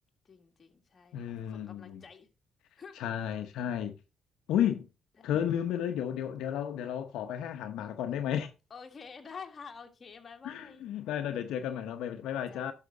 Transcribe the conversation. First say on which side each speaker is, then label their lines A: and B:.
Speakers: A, on the left; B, on the left.
A: จริงจริงใช่ค่ะส่งกำลังใจ
B: อืม
A: ฮึบ
B: ใช่ใช่อุ้ย
A: ได้เลย
B: เธอลืมไปเลยเดี๋ยวเดี๋ยวเดี๋ยวเราเดี๋ยวเราขอไปให้อาหารหมาก่อนได้ไหม
A: อุ๊ยโอเค ได้ค่ะโอเคบ๊ายบาย
B: <laughs> ได้นะเดี๋ยวเจอกันใหม่นะบ๊ายบายบ๊ายบายจ้า
A: จ้า